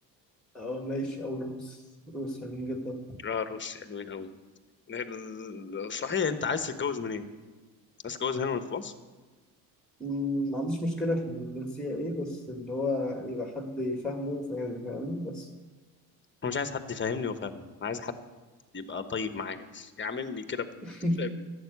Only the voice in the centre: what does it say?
أه ماشي أو الروس الروس حلوين جدا
مم، ما عنديش مشكلة في الجنسية إيه بس اللي هو يبقى حد يفهمه وفاهمني فاهمني بس
<laughs>